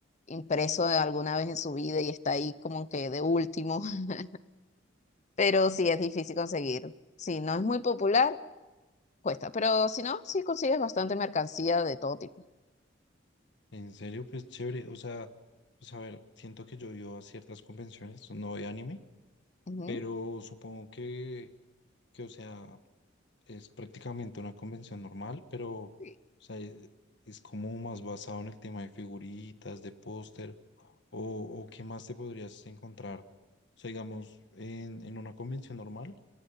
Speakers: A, on the left; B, on the left.
A: impreso alguna vez en su vida y está ahí como que de último, <laughs> pero sí es difícil conseguir. Si no es muy popular, Cuesta, pero si no, sí consigues bastante mercancía de todo tipo.
B: En serio, pues chévere. O sea, pues a ver, siento que yo he ido a ciertas convenciones, no de anime,
A: Ujú.
B: pero supongo que, que o sea, Es prácticamente una convención normal, pero o
A: Sí,
B: sea, e- es como más basado en el tema de figuritas, de póster, o, o qué más te podrías encontrar. O sea, digamos, en, en una convención normal,